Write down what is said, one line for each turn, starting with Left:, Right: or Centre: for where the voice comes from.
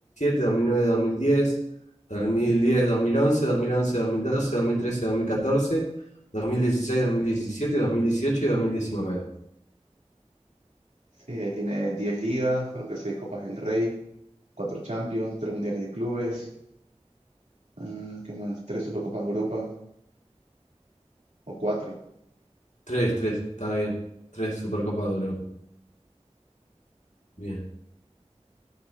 Left: dos dos dos mil mil mil mil mil mil mil mil mil mil cinco, seis, seis, siete, nueve, diez, diez, once, dos mil once, dos mil doce, dos mil trece, dos mil catorce, dos mil dieciséis, dos mil diecisiete, dos mil dieciocho y dos mil diecinueve.
Right: Sí, ahí tiene 10 ligas, creo que 6 Copas del Rey, 4 Champions, 3 Mundiales de Clubes, ah, ¿qué más? 3 Supercopas de Europa o 4.
Left: Tres, tres, está bien. 3 Supercopa de Europa. Bien.